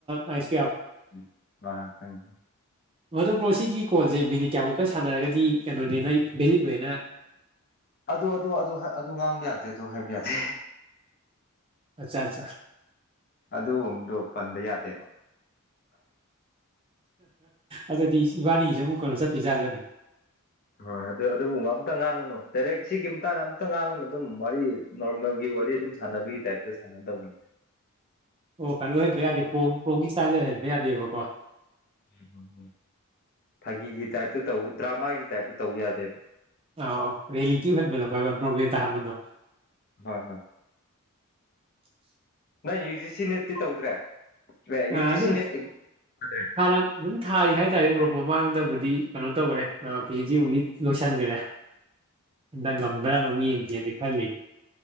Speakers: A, on the right (about 25°); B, on the left (about 45°).
A: ꯑꯥꯏꯁ
B: ꯎꯝ <inaudible> ꯈꯪꯉꯦ
A: ꯃꯗꯨ ꯄ꯭ꯔꯣ ꯁꯤꯒꯤ ꯀꯣꯜꯁꯦ ꯃꯤꯅꯤꯠ ꯀꯌꯥꯃꯨꯛꯀꯗꯤ ꯁꯥꯟꯅꯔꯒꯗꯤ <inaudible> ꯑꯣꯏꯅ
B: ꯑꯗꯨ ꯑꯗꯨ ꯉꯥꯡꯕ ꯌꯥꯗꯦ ꯑꯗꯨ ꯍꯥꯏꯕꯥ ꯌꯥꯗꯦ
A: ꯑꯠꯆꯥ ꯑꯠꯆꯥ
B: ꯑꯗꯨꯒꯨꯝꯕꯗꯣ ꯄꯟꯕ ꯌꯥꯗꯦꯕ
A: ꯑꯗꯨꯗꯤ ꯏꯕꯥꯅꯤꯒꯤꯁꯨꯦ ꯑꯃꯨꯛ ꯀꯩꯅꯣ ꯆꯠꯇꯣꯏꯖꯥꯠꯂꯅꯦ
B: ꯍꯣꯏ ꯑꯗꯨ ꯑꯗꯨꯒꯨꯝꯕ ꯑꯝꯇ ꯉꯥꯡꯉꯅꯨ ꯗꯥꯏꯔꯦꯛ ꯁꯤꯒꯤ ꯃꯇꯥꯡꯗ ꯑꯝꯇ ꯉꯥꯡꯉꯅꯨ ꯑꯗꯨꯝ ꯋꯥꯔꯤ ꯅꯣꯔꯃꯦꯜꯒꯤ ꯋꯥꯔꯤ ꯑꯗꯨꯝ ꯁꯥꯟꯅꯕꯒꯤ ꯇꯥꯏꯞꯇ ꯁꯥꯟꯅꯗꯧꯅꯦ
A: ꯑꯣ ꯀꯩꯅꯣ ꯍꯩꯕ ꯌꯥꯗꯦ <inaudible> ꯏꯁꯇꯥꯏꯜꯗ ꯍꯟꯕ ꯌꯥꯗꯦꯕꯀꯣ
B: ꯎꯝ ꯎꯝ ꯎꯝ ꯐꯥꯒꯤꯒꯤ ꯇꯥꯏꯞꯇ ꯇꯧ ꯗ꯭ꯔꯃꯥꯒꯤ ꯇꯥꯏꯞꯇ ꯇꯧ ꯌꯥꯗꯦꯕ
A: <inaudible>
B: ꯍꯣꯏ ꯍꯣꯏ
A: <inaudible>
B: ꯅꯪ ꯌꯨ ꯖꯤ ꯁꯤ ꯅꯠꯇꯤ ꯇꯧꯗ꯭ꯔꯦ ꯌꯨ
A: ꯑ
B: ꯖꯤ
A: ꯑꯗꯨ
B: ꯁꯤ ꯅꯦꯠ ꯑꯦꯛꯖꯥꯝ ꯊꯥꯗ꯭ꯔꯦ
A: ꯍꯥꯟꯅ ꯑꯗꯨꯝ ꯊꯥꯔꯤ ꯍꯥꯏꯇꯥꯔꯦꯔꯤꯕ꯭ꯔꯣ ꯃꯃꯥꯡꯗꯕꯨꯗꯤ ꯀꯩꯅꯣ ꯇꯧꯈꯔꯦ ꯄꯤ ꯍꯩꯁ ꯗꯤ ꯂꯣꯏꯁꯟꯈ꯭ꯔꯦ ꯉꯝꯕ꯭ꯔꯥꯅ ꯑꯃꯨꯛ ꯌꯦꯡꯒꯦꯅ ꯈꯜꯂꯤ